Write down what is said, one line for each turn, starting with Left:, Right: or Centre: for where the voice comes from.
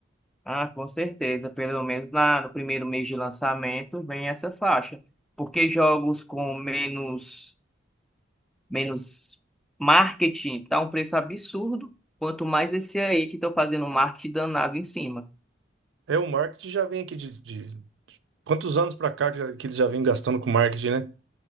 Centre: Ah, com certeza. Pelo menos na, no primeiro mês de lançamento vem essa faixa. Porque jogos com menos. menos marketing, tá um preço absurdo, quanto mais esse aí que estão fazendo um marketing danado em cima.
Right: É, o marketing já vem aqui de, de- quantos anos para cá que, já- que eles já vêm gastando com marketing, né?